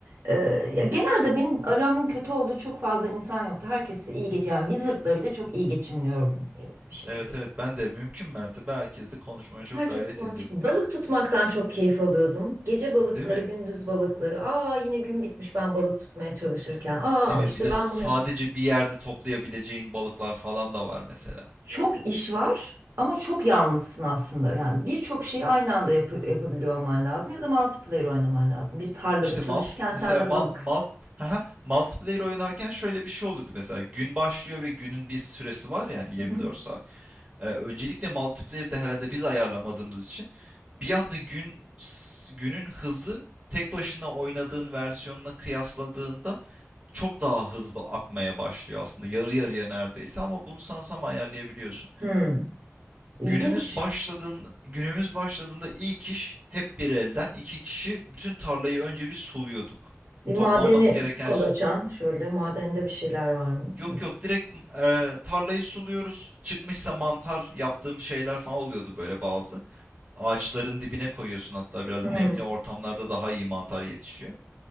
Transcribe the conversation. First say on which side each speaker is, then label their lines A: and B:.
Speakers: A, on the right; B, on the right.
A: Ee, ya genelde benim aramın kötü olduğu çok fazla insan yoktu. Herkesi iyi geç yani Wizard'la bile çok iyi geçimliyordum e, bir şekilde.
B: Evet evet ben de mümkün mertebe herkesle konuşmaya çok
A: Herkes
B: gayret
A: ponçik.
B: ediyordum.
A: Balık tutmaktan çok keyif alıyordum. Gece balıkları,
B: Değil mi?
A: gündüz balıkları. Aa yine gün bitmiş ben balık tutmaya çalışırken. Aa
B: Değil mi?
A: işte
B: Bir de
A: ben
B: sadece
A: bunu yap.
B: bir yerde toplayabileceğin balıklar falan da var mesela.
A: Çok iş var ama çok yalnızsın aslında. Yani birçok şeyi aynı anda yapı- yapabiliyor olman lazım ya da multiplayer oynaman lazım. Bir tarlada
B: İşte
A: çalışırken
B: malt mesela
A: sen de
B: mal,
A: balık.
B: malt haha, multiplayer oynarken şöyle bir şey oluyordu mesela gün başlıyor ve günün bir süresi var yani 24
A: Hı hı.
B: saat. Ee, öncelikle multiplayer'de herhalde biz ayarlamadığımız için bir anda gün günün hızı tek başına oynadığın versiyonuna kıyasladığında çok daha hızlı akmaya başlıyor aslında yarı yarıya neredeyse ama bunu sanırsam ayarlayabiliyorsun.
A: Hmm, ilginç.
B: Günümüz başladığında, günümüz başladığında ilk iş hep bir elden iki kişi bütün tarlayı önce bir suluyorduk.
A: Bir madeni
B: Toplanması gereken
A: kol
B: ş-
A: açan şöyle madende bir şeyler var mı?
B: yok yok direkt e, tarlayı suluyoruz. Çıkmışsa mantar yaptığım şeyler falan oluyordu böyle bazı. Ağaçların dibine koyuyorsun hatta biraz
A: Hmm.
B: nemli ortamlarda daha iyi mantar yetişiyor.